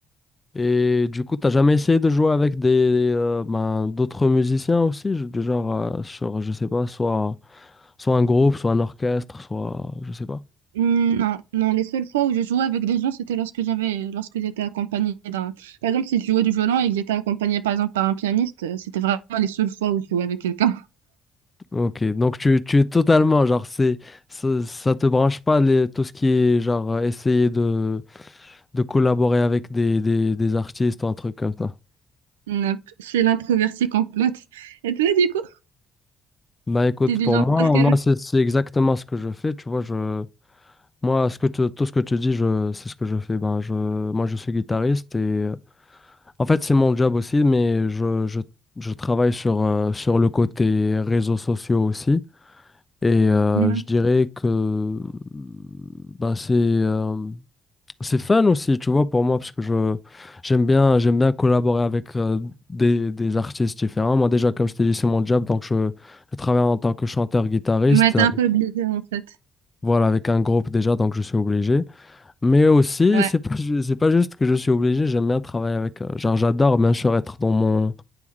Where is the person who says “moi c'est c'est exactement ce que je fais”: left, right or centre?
Left